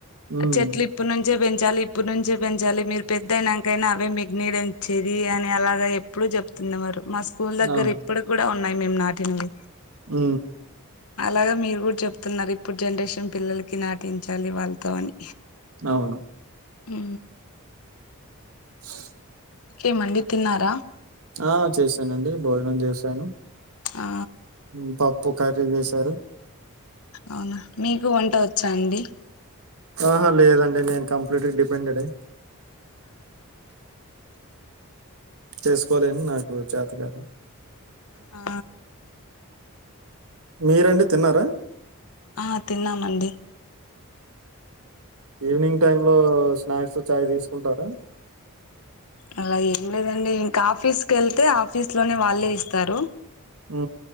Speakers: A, on the right; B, on the left.
A: హ్మ్.
B: చెట్లు ఇప్పుడు నుంచే పెంచాలి ఇప్పుడు నుంచే పెంచాలి మీరు పెద్ద అయినాంకైనా అవే మీకు నీడని చేది అని అలాగ ఎప్పుడూ చెప్తుండేవారు మా స్కూల్ దగ్గర
A: అవును.
B: ఇప్పుడికి కూడా ఉన్నాయి మేం నాటినవి
A: ఊ
B: అలాగే మీరు కూడా చెప్తున్నారు ఇప్పుడు జనరేషన్ పిల్లలకి నాటించాలి వాళ్ళతో అని
A: అవును
B: ఊ
A: స
B: కే మళ్ళీ తిన్నారా
A: ఆ చేశానండి భోజనం చేసాను
B: ఆ
A: ఊ పప్పు కర్రీ చేసారు
B: అవునా మీకు వంట వచ్చా అండి
A: ఆహా లేదండి నేను కంప్లీట్ గా డిపెండెడ్ ఏ చేసుకోలేను నాకు చాత కాదు
B: ఆ
A: మీరండి తిన్నారా
B: ఆ తిన్నామండి
A: ఈవినింగ్ టైమ్ లో స్నాక్స్ చాయ్ తీసుకుంటారా
B: అలా ఏం లేదండి ఇంకా ఆఫీస్ కెళ్తే ఆఫీస్ లోనే వాళ్ళే ఇస్తారు
A: ఊ